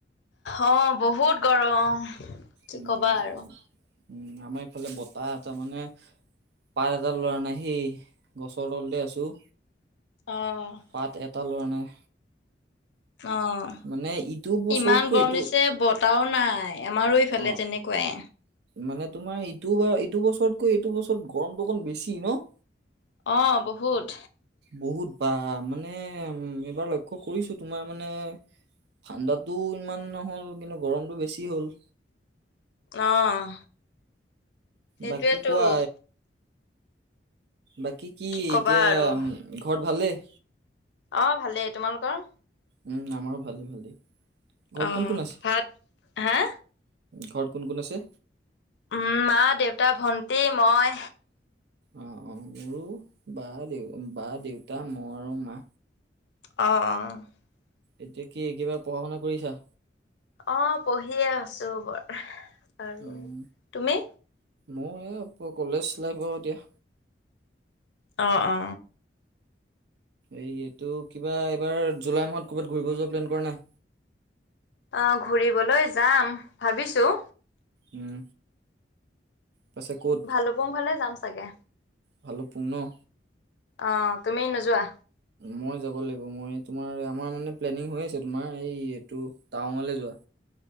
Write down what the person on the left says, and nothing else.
অ বহুত গৰম কি
ক'বা আৰু।
অ'
অহ।
ইমান গৰম
দিছে বতাহও নাই আমাৰো ইফালে
তেনেকুৱাই।
অ বহুত।
অহ সেইটোৱেটো।
ক'বা
আৰু
অ ভালেই তোমালোকৰ।
অহ
ভাত হা।
উম মা দেউতা ভন্টি মই।
অহ অহ।
অ পঢ়িয়ে আছোঁ মই আৰু
তুমি।
অ অ।
অহ ঘূৰিবলৈ যাম ভাবিছোঁ।
ভালুকপুং ফালে যাম চাগে।
অ তুমি নোযোৱা।